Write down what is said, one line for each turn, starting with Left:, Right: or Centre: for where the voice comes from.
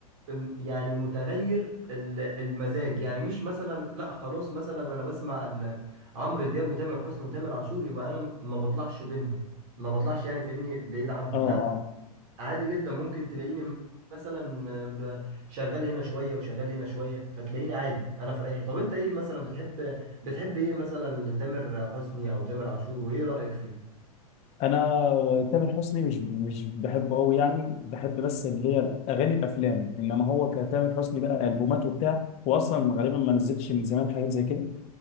Right: أم- يعني متغير ال- المزاج يعني مش مثلا لا خلاص مثلا انا بسمع ال- عمرو دياب وتامر حسني وتامر عاشور يبقى انا م- ما بطلعش بينهم ما بطلعش يعني فاهمني بعيد عنهم
Left: اه آه.
Right: لا عادي جدا ممكن تلاقيني مثلا ب- شغال هنا شوية وشغال هنا شوية فتلاقيني عادي انا في رايحي طب انت ايه مثلا بتحب بتحب ايه مثلا لتامر حسني او تامر عاشور وايه رأيك فيه
Left: انا تامر حسني مش مش بحبه قوي يعني بحب بس اللي هي اغاني الافلام انما هو كتامر حسني بقى البومات وبتاع هو اصلا غالبا ما نزلش من زمان حاجات زي كده